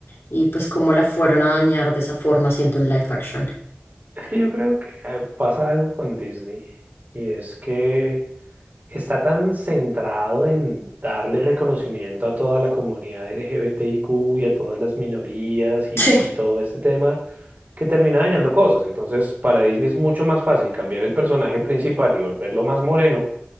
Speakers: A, on the left; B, on the right.
A: y pues cómo la fueron a dañar de esa forma haciendo un live action. <laughs>
B: Es que yo creo que eh, pasa algo con Disney y es que está tan centrado en darle reconocimiento a toda la comunidad LGBTIQ y a todas las minorías y,
A: Sí,
B: y todo este tema que termina dañando cosas. Entonces, para Disney es mucho más fácil cambiar el personaje principal y volverlo más moreno